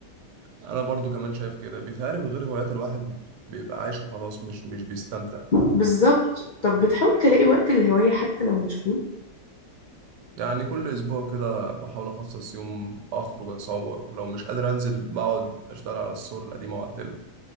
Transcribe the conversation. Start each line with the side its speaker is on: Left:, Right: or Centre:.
Right: انا برضو كمان شايف كده بيتهيألي من غير هوايات الواحد بيبقى عايش وخلاص مش مش بيستمتع
Left: بالظبط طب بتحاول تلاقي وقت الهواية حتى لو مشغول
Right: يعني كل اسبوع كده بحاول اخصص يوم اخرج اصور ولو مش قادر انزل بقعد اشتغل على الصور القديمه واعدلها